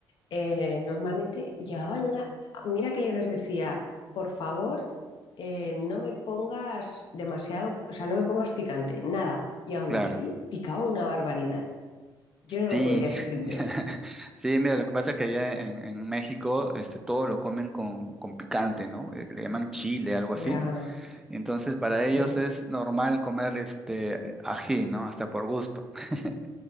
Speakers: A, on the left; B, in the centre.
A: eh, normalmente llevaban una... Mira que yo les decía, por favor, eh, no me pongas demasiado, o sea, no me pongas picante, nada. Y aún
B: claro.
A: así, picaba una barbaridad. Yo no
B: Sí,
A: lo podía <laughs> entender.
B: <laughs> sí, mira, lo que pasa es que allá en, en México este, todo lo comen con, con picante, ¿no? Eh, que Le llaman chile, algo
A: Ya,
B: así. Entonces, para ellos
A: sí,
B: es normal comer este ají, ¿no? Hasta por gusto. <laughs>